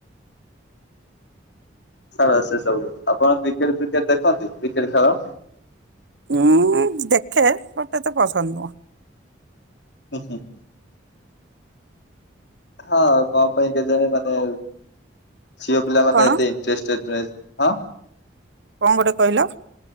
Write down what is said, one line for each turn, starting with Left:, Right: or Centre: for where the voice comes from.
Left: ଛାଡନ୍ତୁ ସେ ସବୁ। ଆପଣ କ୍ରିକେଟ୍ ଫ୍ରିକେଟ୍ ଦେଖନ୍ତି କ୍ରିକେଟ୍ ଖେଳ?
Right: ଉଁ ଦେଖେ। ବଟ୍ ଏତେ ପସନ୍ଦ ନୁହଁ।
Left: <unintelligible> ହଁ କଣ ପାଇଁ କେଜାଣି ମାନେ ଝିଅ ପିଲାମାନେ
Right: କଣ
Left: ଏତେ <unintelligible> ହଁ।
Right: କଣ ଗୋଟେ କହିଲ?